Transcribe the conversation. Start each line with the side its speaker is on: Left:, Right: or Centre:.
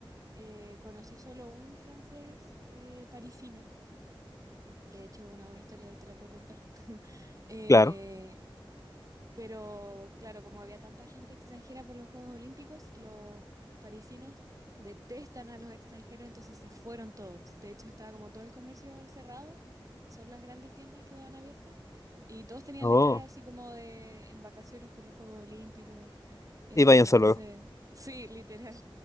Right: Eh, conocí solo un francés eh, parisino que de hecho es una buena historia y te la puedo contar. <laughs> Eh,
Left: Claro.
Right: pero claro, como había tanta gente extranjera por los Juegos Olímpicos, los parisinos detestan a los extranjeros, entonces se fueron todos. De hecho, estaba como todo el comercio cerrado, son las grandes tiendas que daban abiertas. Y todos tenían
Left: Oh.
Right: letreros así como de en vacaciones por los Juegos Olímpicos. eh,
Left: Y váyanse
Right: entonces,
Left: luego.
Right: <laughs> sí, literal.